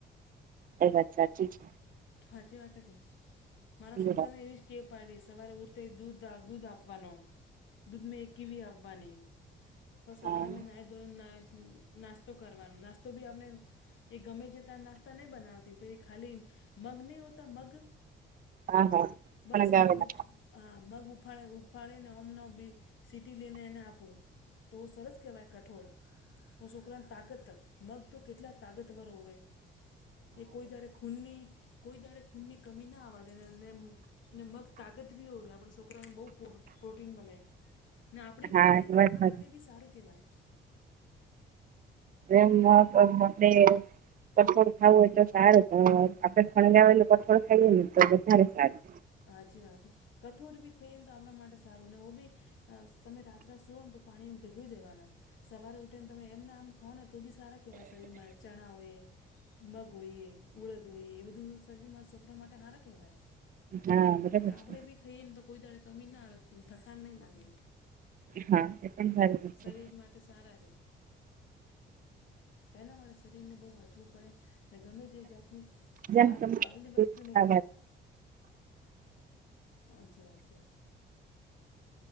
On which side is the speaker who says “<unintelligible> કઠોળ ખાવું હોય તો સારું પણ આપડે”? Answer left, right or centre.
Right